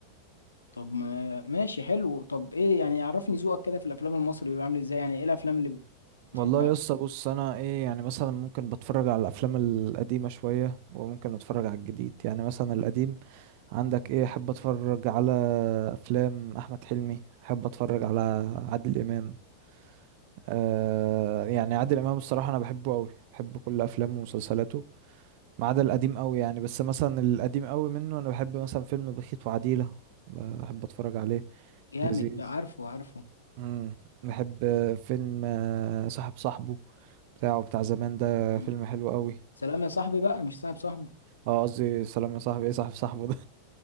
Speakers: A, on the left (about 75°); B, on the right (about 45°).
A: طب ما ماشي حلو طب ايه يعني عرفني ذوقك كده في الافلام المصري بيبقى عامل ازاي يعني ايه الافلام اللي بتحبها
B: والله يا اسطى بص انا ايه يعني مثلا ممكن بتفرج على الافلام القديمه شويه وممكن اتفرج على الجديد يعني مثلا القديم عندك ايه احب اتفرج على افلام احمد حلمي احب اتفرج على عادل امام آه يعني عادل امام الصراحه انا بحبه قوي بحب كل افلامه ومسلسلاته ما عدا القديم قوي يعني بس مثلا القديم قوي منه انا بحب مثلا فيلم بخيت وعديله بحب اتفرج عليه
A: جامد
B: لذيذ
A: بقى عارفه عارفه
B: مم. بحب فيلم آه، صاحب صاحبه بتاعه بتاع زمان ده
A: مم.
B: فيلم حلو قوي
A: سلام يا صاحبي بقى مش صاحب صاحبه
B: اه قصدي سلام يا صاحبي ايه صاحب صاحبه ده